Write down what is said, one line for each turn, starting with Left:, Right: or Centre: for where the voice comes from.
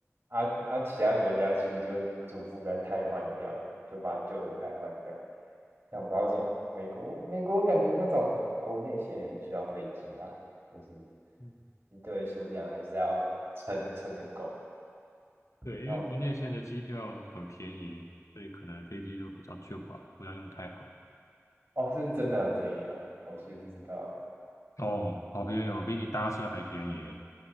Right: 啊啊，其他国家其实就逐步在汰换掉，就把旧的汰换掉。但我不知道为什么，美国美国感觉那种国内线也很需要飞机吧，就是
Left: 嗯，
Right: 一堆数量还是要撑撑得够。
Left: 对，
Right: 然后
Left: 因为国内线的机票很便宜，所以可能飞机就比较旧吧，不要用太好。
Right: 哦，是真的很便宜吗？我其实不知道欸，
Left: 哦，哦，便宜哦，比你搭车还便宜耶